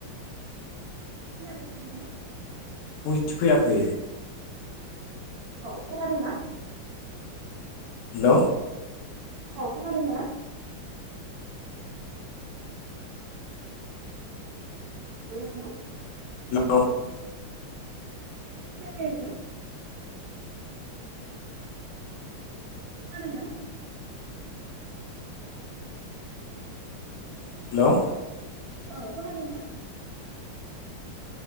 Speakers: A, on the right; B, on the left.
A: खोनादोंना नोंथां
B: <unintelligible> फैयाखै
A: औ खोनादोंना
B: हेलौ
A: औ खोनादोंना हेलौ नोंथां
B: औ
A: खोनायाखै नोंथां खोनादों ना
B: हेलौ
A: औ खोनादों ना